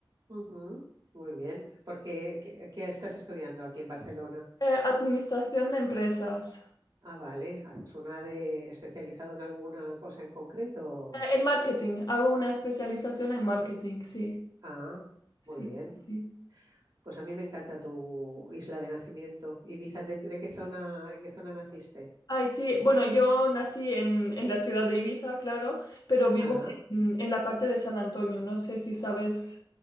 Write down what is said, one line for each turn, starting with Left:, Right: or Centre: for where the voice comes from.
Right: Ujú, Muy bien. Porque, ¿qué, qué estás estudiando aquí en Barcelona?
Left: Eh, administración de empresas.
Right: Ah, vale. ¿Haces una de especializado en alguna cosa en concreto?
Left: Eh, en marketing, hago una especialización en marketing, sí,
Right: Ah,
Left: sí,
Right: muy bien.
Left: sí.
Right: Pues a mí me encanta tu isla de nacimiento. Ibiza, ¿de, de qué zona, en qué zona naciste?
Left: Ay, sí, bueno, yo nací en, en la ciudad de Ibiza, claro, pero vivo
Right: Ajá.
Left: en, en la parte de San Antonio, no sé si sabes.